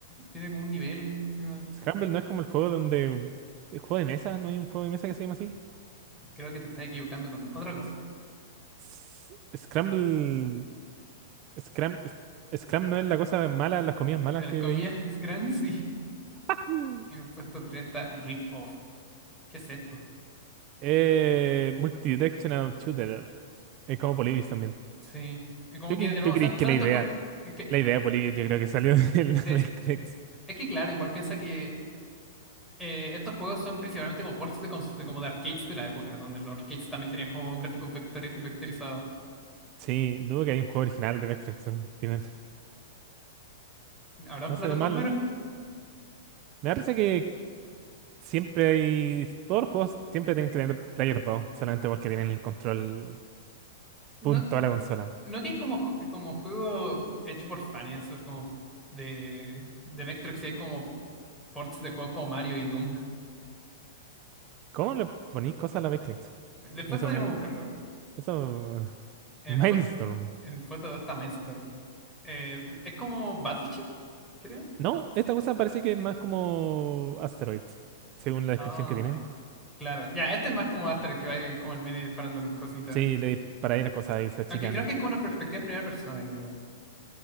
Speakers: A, in the centre; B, on the right (about 40°).
A: tiene como un nivel, encima.
B: Scramble no es como el juego donde. El juego de mesa, ¿no hay un juego de mesa que se llama así?
A: creo que te estás equivocando con otra cosa.
B: S- Scramble. Scram. s- Scram no es la cosa mala, las comidas malas
A: De las
B: que
A: comidas,
B: veí.
A: <laughs> Scran, sí.
B: Mm.
A: En el puesto 3 está Rip Off. ¿Qué es esto?
B: Eh, Multidirectional Shooter. Es como Polybius también.
A: Sí. Es Como
B: ¿Tú, cre-
A: que, de nuevo,
B: tú crees
A: son,
B: que
A: son
B: la
A: estos
B: idea,
A: juegos... Es que,
B: la idea de Polybius yo creo que salió <laughs> de la
A: eh,
B: Vectrex?
A: es que, claro, igual piensa que eh, estos juegos son principalmente como ports de, cons- de como de arcades de la época, donde los arcades también tenían como gráficos vectori- vectorizados.
B: Sí, dudo que hay un juego original de Vectrex al final.
A: ¿Habrán
B: No
A: plataformeros?
B: se ve mal. ¿no? Me da risa que siempre hay. Todos los juegos siempre tienen que tener Player 2, solamente porque tienen el control
A: No,
B: punto a la consola.
A: no que hay como, ju- como juego hecho por fans, es como de, de Vectrex y hay como ports de juegos como Mario y Doom.
B: ¿Cómo le ponéis cosas a la Beyblade?
A: Después
B: Eso
A: podríamos
B: me.
A: buscarlo.
B: Eso. <laughs>
A: En
B: Mindstorm.
A: el puesto, en el puesto está Mindstorm. Eh, es como Battleship, creo.
B: No, esta cosa parece que es más como Asteroids, según la descripción
A: Ah,
B: que tiene.
A: claro. Ya, este es más como Aster que va eh, como al medio y disparando cositas.
B: Sí, le disparáis las cosas y se achican.
A: Aunque creo que es como una perspectiva en primera persona, creo.